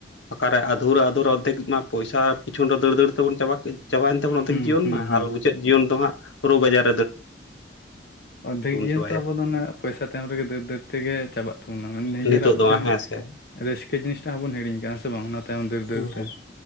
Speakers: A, on the left; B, on the left.
A: ᱚᱠᱟᱨᱮ ᱟᱫᱷᱩᱨᱟ ᱟᱫᱷᱩᱨᱟ ᱚᱨᱫᱷᱮᱠ ᱢᱟ ᱯᱚᱭᱥᱟ ᱯᱤᱪᱷᱩᱱ ᱨᱮ ᱫᱟᱹᱲ ᱫᱟᱹᱲ ᱛᱮᱵᱚᱱ ᱪᱟᱵᱟ ᱠᱮᱫ᱾ ᱪᱟᱵᱟᱭᱮᱱ ᱛᱟᱵᱚᱱᱟ ᱚᱱᱟ
B: ᱦᱩᱸ
A: ᱛᱮᱜᱮ ᱡᱤᱭᱚᱱ
B: ᱦᱩᱸ
A: ᱢᱟ।
B: ᱦᱩᱸ
A: ᱟᱨ ᱢᱩᱪᱟᱹᱫ ᱡᱤᱭᱚᱱ ᱫᱚ ᱦᱟᱸᱜ ᱨᱳᱜ ᱟᱡᱟᱨ ᱼᱼ
B: ᱚᱨᱫᱷᱮᱠ ᱡᱤᱭᱚᱱ
A: ᱪᱟᱵᱟᱭᱟ
B: ᱛᱚ ᱟᱵᱚ ᱫᱚ ᱚᱱᱮ ᱯᱚᱭᱥᱟ ᱛᱟᱭᱚᱢ ᱨᱮᱜᱮ ᱫᱟᱹᱲ ᱫᱟᱹᱲ ᱛᱮᱜᱮ ᱪᱟᱵᱟᱜ ᱛᱟᱵᱚᱱᱟ। ᱱᱤᱡᱮᱨᱟᱜ
A: ᱱᱤᱛᱚᱜ
B: ᱢᱤᱫᱴᱮᱱ
A: ᱫᱚ ᱦᱮᱸ ᱥᱮ
B: ᱨᱟᱹᱥᱠᱟᱹ ᱡᱤᱱᱤᱥᱴᱟᱜ ᱦᱚᱸ ᱵᱚᱱ ᱦᱤᱲᱤᱧ ᱠᱟᱜᱼᱟ। ᱥᱮ ᱵᱟᱝ? ᱚᱱᱟ ᱼᱼ ᱫᱟᱹᱲ
A: ᱦᱮᱸ
B: ᱛᱮ